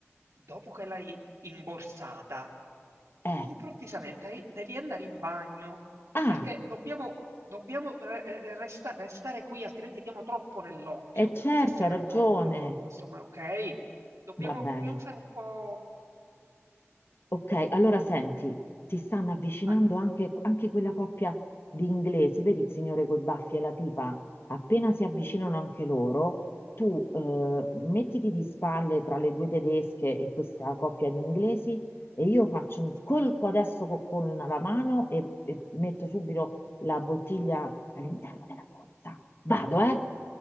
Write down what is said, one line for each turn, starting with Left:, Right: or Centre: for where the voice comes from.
Right: Dopo che l'hai imborsata,
Left: Eh.
Right: improvvisamente hai- devi andare in bagno,
Left: Ah,
Right: perché dobbiamo, dobbiamo re- eh, eh, resta- restare qui, altrimenti diamo troppo nell'occhio,
Left: è certo,
Right: se se
Left: hai
Right: ne
Left: ragione.
Right: accorgono in questo modo. Ok? Dobbiamo,
Left: Va bene.
Right: dobbiamo fare un po'...
Left: Ok, allora senti,
Right: Va bene,
Left: si stanno avvicinando
Right: vai,
Left: anche, anche quella coppia di inglesi, vedi il signore coi baffi e la pipa? Appena si avvicinano anche loro, tu eh, mettiti di spalle tra le due tedesche e questa coppia di inglesi e io faccio un
Right: giochino.
Left: colpo adesso co- con la mano e, e metto subito la bottiglia all'interno della borsa. Vado, eh?